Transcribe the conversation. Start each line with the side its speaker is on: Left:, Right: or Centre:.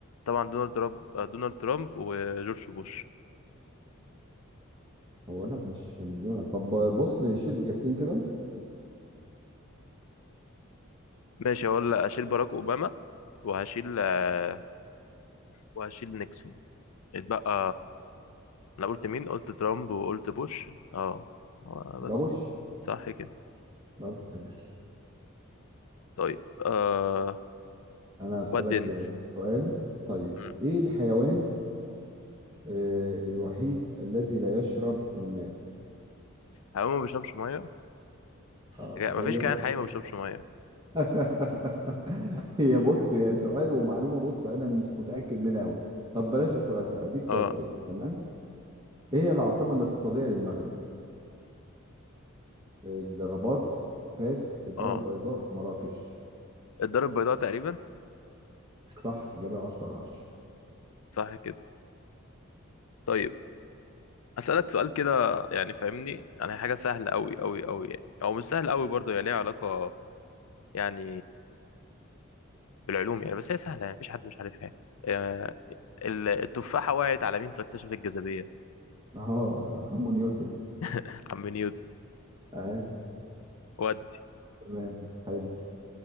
Left: طبعا دونالد ترامب آه، دونالد ترامب وجورج بوش
Right: هو لا مش مش دول طب بص شيل إجابتين كده
Left: ماشي هقول لك اشيل باراك اوباما وهشيل آه وهشيل نيكسون اتبقى انا قلت مين قلت ترامب وقلت بوش اه آه،
Right: يبقى
Left: بس
Right: بوش
Left: ايه صح كده
Right: لا قصدك كده.
Left: طيب آه
Right: أنا أسألك
Left: ودي انت
Right: آه، سؤال طيب
Left: مم.
Right: إيه الحيوان آه، الوحيد الذي لا يشرب الماء؟
Left: حيوان ما بيشربش ميه
Right: آه
Left: لا،
Right: تخيل
Left: مفيش كائن حي ما بيشربش ميه
Right: <laughs> هي بص هي سؤال ومعلومة بص أنا مش متأكد منها أوي طب بلاش السؤال ده أديك سؤال
Left: اه
Right: تاني تمام إيه هي العاصمة الاقتصادية للمغرب؟ الرباط فاس الدار
Left: اه
Right: البيضاء مراكش
Left: الدار البيضاء تقريبا
Right: صح إجابة 10 على 10
Left: صح كده طيب اسالك سؤال كده يعني فاهمني يعني حاجه سهله قوي قوي قوي يعني او مش سهله قوي برضه هي ليها علاقه يعني بالعلوم يعني بس هي سهله يعني مفيش حد مش عارفها يعني. آه، ال- التفاحه وقعت على مين فاكتشف الجاذبيه
Right: أه عمو نيوتن
Left: <laughs> عم نيوتن
Right: أيوه
Left: ودي
Right: تمام حلو